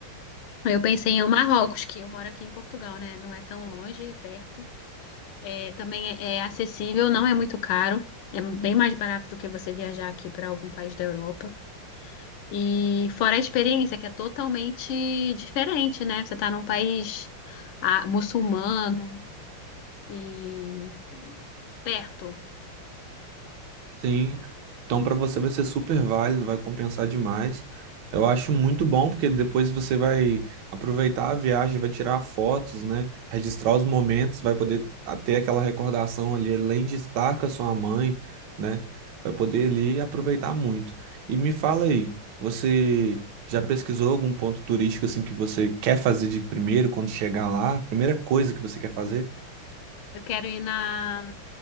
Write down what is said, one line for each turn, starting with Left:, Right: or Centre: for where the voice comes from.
Left: Eu pensei em Marrocos, que eu moro aqui em Portugal, né? Não é tão longe, é perto. É, também é, é acessível, não é muito caro. É bem mais barato do que você viajar aqui para algum país da Europa. E fora a experiência, que é totalmente diferente, né? Você tá num país ah, muçulmano e perto.
Right: Sim, então para você vai ser super válido, vai compensar demais. Eu acho muito bom, porque depois você vai aproveitar a viagem, vai tirar fotos, né? Registrar os momentos, vai poder a- ter aquela recordação ali, além de estar com a sua mãe, né? Vai poder ali aproveitar muito. E me fala aí, você já pesquisou algum ponto turístico assim que você quer fazer de primeiro quando chegar lá? Primeira coisa que você quer fazer?
Left: Eu quero ir na,